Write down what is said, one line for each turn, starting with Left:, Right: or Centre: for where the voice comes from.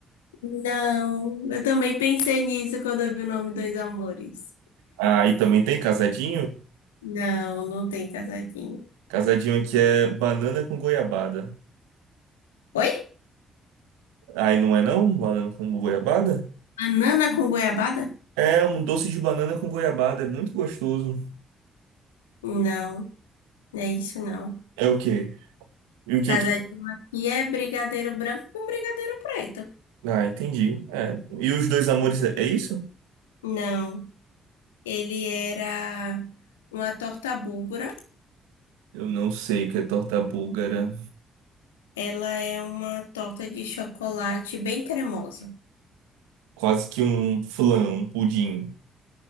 Left: Não, eu também pensei nisso quando eu vi o nome Dois Amores.
Right: Ah, e também tem casadinho?
Left: Não, não tem casadinho.
Right: Casadinho aqui é banana com goiabada.
Left: Oi?
Right: Aí não é não? Banana com goiabada?
Left: Banana com goiabada?
Right: É um doce de banana com goiabada, é muito gostoso.
Left: Não, não é isso não.
Right: É o quê? E o que
Left: Casadinho
Right: que...
Left: aqui é brigadeiro branco com brigadeiro preto.
Right: Ah, entendi. É. E os dois amores, é é isso?
Left: Não, ele era uma torta búlgara.
Right: Eu não sei o que é torta búlgara.
Left: Ela é uma torta de chocolate bem cremosa.
Right: Quase que um flan, um pudim.